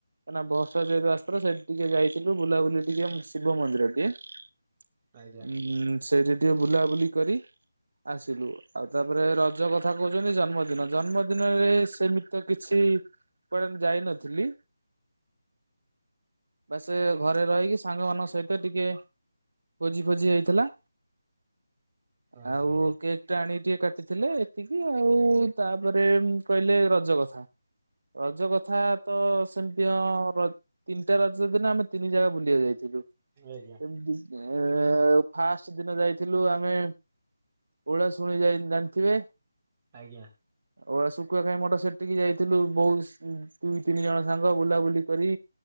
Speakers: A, on the right (about 70°); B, on the right (about 30°).
A: ନା ନା ବର୍ଷା ଯେହେତୁ ଆସିଥିଲା, ସେଠି ଟିକେ ଯାଇଥିଲୁ ବୁଲାବୁଲି ଟିକେ ଶିବ ଶିବ ମନ୍ଦିରଟିଏ। ଉଁ
B: ଆଜ୍ଞା
A: ସେଇଠି ଟିକେ ବୁଲାବୁଲି କରି ଆସିଲୁ। ଆଉ ତାପରେ ରଜ କଥା କହୁଛନ୍ତି ଜନ୍ମଦିନ ଜନ୍ମଦିନରେ ସେମିତି କିଛି କୁଆଡ଼େ ଯାଇନଥିଲି। ବାସ୍ ଏ ଘରେ ରହିକି ସାଙ୍ଗମାନଙ୍କ ସହିତ ଟିକେ ଭୋଜି ଫୋଜି ହେଇଥିଲା।
B: ଓହୋ
A: ଆଉ କେକ୍ ଟା ଆଣିକି ଟିକେ କାଟିଥିଲେ ଏତିକି ଆଉ। ତାପରେ କହିଲେ ରଜ କଥା। ରଜ କଥା ତ ସେମିତି ହଁ ର ତିନିଟା ରଜ ଦିନ ଆମେ ତିନି ଜାଗା ବୁଲିବାକୁ ଯାଇଥିଲୁ। ଯେମତି
B: ଆଜ୍ଞା
A: ଏଁ ଫାଷ୍ଟ ଦିନ ଯାଇଥିଲୁ ଆମେ ଓଳାଶୁଣୀ ଯାଇ ଜାଣିଥିବେ।
B: ଆଜ୍ଞା
A: ଓଳାଆ ଶୁଖୁଆ ଖାଇ ମଠ ସେଠି ସେଠିକି ଯାଇଥିଲୁ ବୋଉ ଦୁଇ ତିନି ଜଣ ସାଙ୍ଗ ବୁଲାବୁଲି କରି